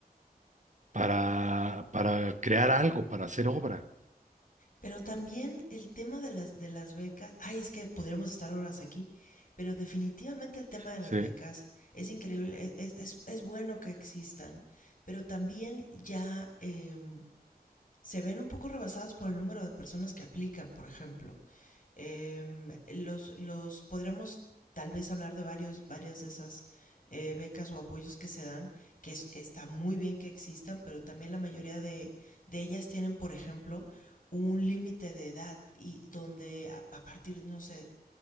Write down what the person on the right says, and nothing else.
para, para crear algo, para hacer obra.
Sí.